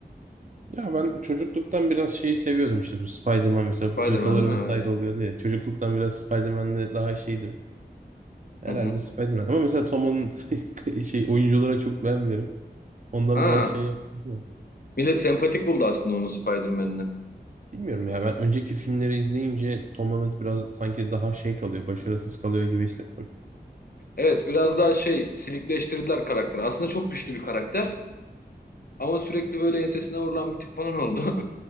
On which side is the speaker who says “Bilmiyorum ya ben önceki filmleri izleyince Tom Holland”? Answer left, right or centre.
Right